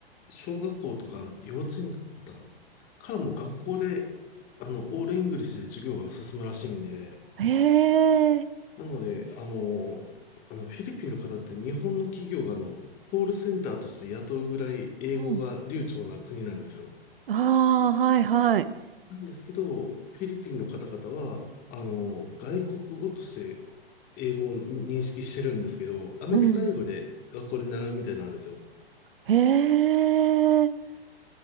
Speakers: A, on the left; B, on the right.
A: 小学校とか幼稚園だったかなからもう学校で、あの、オールイングリッシュで授業が進むらしいんで、
B: へえ。
A: なので、あの、あの、フィリピンの方って日本の企業があの、コールセンターとして雇うぐらい英語が流暢な国なんですよ。
B: うん。ああ、はいはい。
A: なんですけど、フィリピンの方々は、あの、外国語として英語を認識してるんですけど、アメリカ英語で学校で習うみたいなんですよ。
B: うん。へえ。